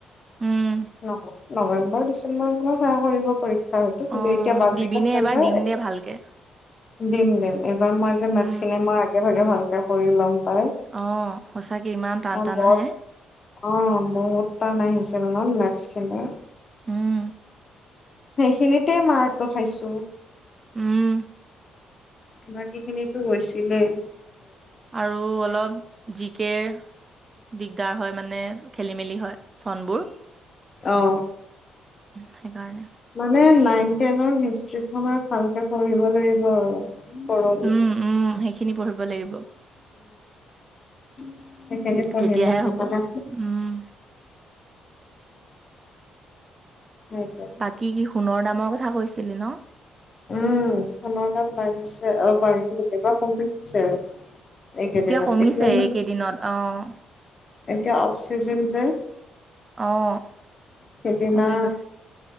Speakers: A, on the right; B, on the left.
A: উম,
B: ন- নৱেম্বৰ ডিচেম্বৰ মানত সেয়া কৰিব। পৰীক্ষা হয়তো, কিন্তু
A: অ',
B: এতিয়া বাজেট
A: দিবিনে
B: আছে
A: এবাৰ
B: যে
A: দিম দে ভালকে।
B: দিম দিম। এইবাৰ মই যে মেটছখিনি
A: উম,
B: মই আগে-ভাগে ভালকে কৰি ল'ম। পাই।
A: অ' সঁচাকে ইমান টান
B: মই
A: টান
B: ব
A: আহে।
B: অ' বহুত টান আহিছিল ন মেটছখিনি?
A: উম।
B: সেইখিনিতে মাৰটো খাইছো।
A: উম।
B: বাকীখিনিতো হৈছিলেই।
A: আৰু অলপ জি কেৰ দিগদাৰ হয় মানে খেলি মেলি হয় চনবোৰ
B: আহ
A: সেইকাৰণে।
B: মানে নাইন টেনৰ হিষ্ট্ৰি খনৰ ভালকে পঢ়িব লাগিব আৰু
A: উম, উম, সেইখিনি পঢ়িব লাগিব
B: <unintelligible> সেইখনি পঢ়িলে
A: তেতিয়াহে
B: ভালকে
A: হ'ব। উম,
B: সেইটোৱে
A: বাকী কি সোণৰ দামৰ কথা কৈছিলি ন।
B: উম সোণৰ দাম বাঢ়িছে অ বাঢ়িছে বোলে কমিছে। এইকেইদিনত
A: কমিছে
B: এতিয়া
A: এইকেইদিনত অ',
B: এতিয়া অফচিজন যে।
A: অহ
B: সেইদিনা
A: কমি গৈছে।